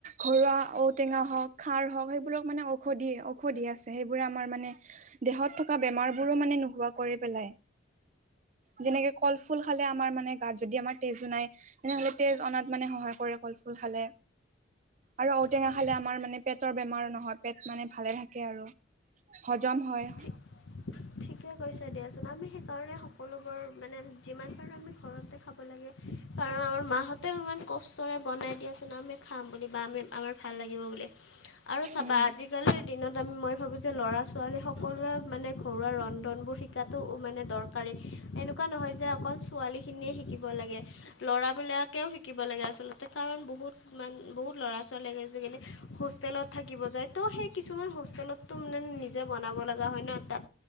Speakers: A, on the right; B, on the left.
A: ঘৰুৱা ঔ টেঙা হওঁক খাৰ হওঁক, সেইবোৰক মানে ঔষধি, ঔষধি আছে সেইবোৰে আমাৰ মানে দেহত থকা বেমাৰবোৰো মানে নোহোৱা কৰি পেলাই। যেনেকে কল ফুল খাল আমাৰ মানে গাত যদি আমাৰ তেজো নাই, তেনেহ'লে তেজ অনাত মানে সহায় কৰে কল ফুল খালে আৰু ঔটেঙা
B: হয়
A: খালে আমাৰ মানে পেটৰ বেমাৰ নহয়, পেট মানে ভালে থাকে আৰু হজম হয়।
B: ঠিক ঠিকে কৈছাঁ দিয়াচোন, আমি সেইকাৰণে সকলোবোৰ মানে যিমান পাৰো আমি ঘৰতে খাব লাগে। কাৰণ, আমাৰ মাহঁতেও ইমান কষ্টৰে বনাই দিয়া আছে ন আমি খাম বুলি বা আমি আমাৰ ভাল লাগিব বোলে। আৰু চাবা
A: উম
B: আজি আজিকালিৰ দিনত আমি মই ভাবোঁ যে ল'ৰা-ছোৱালী সকলোৱে মানে ঘৰুৱা ৰ শিকাতটো মানে দৰকাৰী, এনেকুৱা নহয় যে অকল ছোৱালীখিনিয়ে শিকিব লাগে। ল'ৰাবিলাকেও শিকিব লাগে আচলতে কাৰণ বহুত মান বহুত ল'ৰা-ছোৱালী আজিকালি হোষ্টেলত থাকিব যায় ত' সেই কিছুমান হোষ্টেলতটো মানে নিজে বনাব লগা হয় ন' তাত।